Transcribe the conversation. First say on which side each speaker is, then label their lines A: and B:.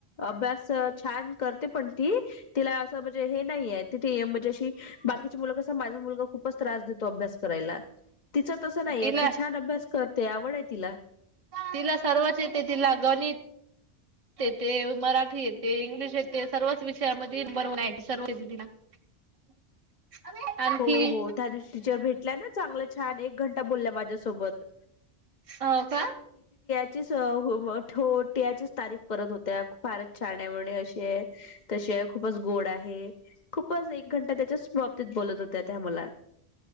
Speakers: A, on the left (about 50°); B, on the right (about 35°).
A: अभ्यास छान करते पण ती तिला असं. हे नाहीये तिथे म्हणजे अशी बाकीची मुल क अस माझा मुलगा खूपच त्रास देतो अभ्यास करायला तिचं तसं नाहीये
B: तिला
A: ती छान अभ्यास करते आवड तिला
B: तिला सर्वच येते तिला गणित येते मराठी येते इंग्लिश येते सर्वच विषयामध्ये ब सर्व <unintelligible> आणखी
A: हो हो त्या दिवच्या भेटल्या ना चांगलं छान एक घंटा बोलला माझ्यासोबत
B: हो का
A: ट्याचीच तारीख परत होत्या फार छाण्यामुळे अशी आहे तशी खूपच गोड आहे खूपच एक घंटा त्याच्या बाबतीत बोलत होत्या त्या मला